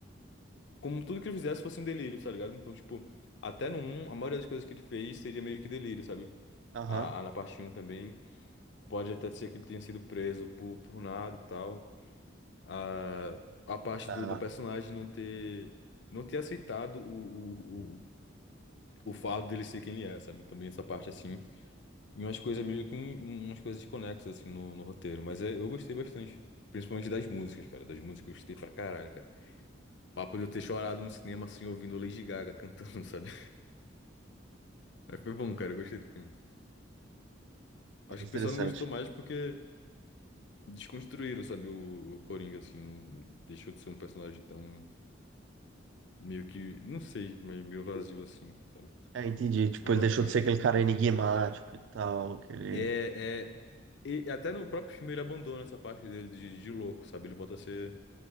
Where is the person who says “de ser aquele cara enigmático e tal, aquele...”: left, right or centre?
Right